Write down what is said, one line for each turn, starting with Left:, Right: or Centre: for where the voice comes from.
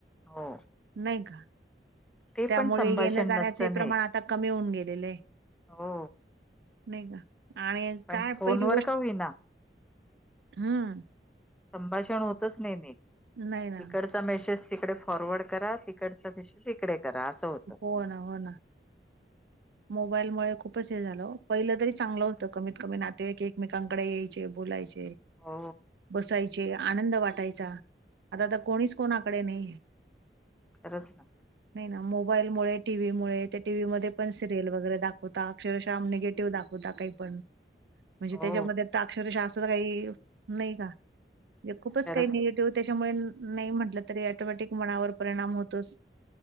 Centre: हो
Right: नाही का
Centre: ते
Right: त्यामुळे
Centre: पण संभाषण
Right: येण्या जाण्याचे
Centre: नसतं नीट
Right: प्रमाण आता कमी होऊन गेलेले आहे
Centre: हो
Right: नाही का आणि
Centre: पण
Right: काय
Centre: फोनवर
Right: पहिली गोष्ट
Centre: का होईना
Right: हम्म
Centre: संभाषण होतच नाही नीट
Right: नाही ना
Centre: इकडचा मेसेज तिकडे फॉरवर्ड करा तिकडचा मेसेज इकडे करा असं होतं
Right: हो ना हो ना मोबाईलमुळे खूपच हे झालं हो पहिलं तरी चांगलं
Centre: हं.
Right: होतं कमीत कमी नातेवाईक एक मेकांकडे यायचे बोलायचे
Centre: हो
Right: बसायचे आनंद वाटायचा आता तर कोणीच कोणाकडे नाही येत
Centre: रचना
Right: नाही ना मोबाईलमुळे, टीव्हीमुळे त्या टीव्ही मध्ये पण सिरियल वगैरे दाखवता, अक्षरशः निगेटिव्ह दाखवता काही पण म्हणजे
Centre: हो
Right: त्याच्यामध्ये आता अक्षरशास्त्र काही नाही का एक खूपच
Centre: खरंच
Right: काही निगेटिव्ह
Centre: ना
Right: त्याच्यामुळे नाही म्हटलं, तरी ऑटोमॅटिक मनावर परिणाम होतोच.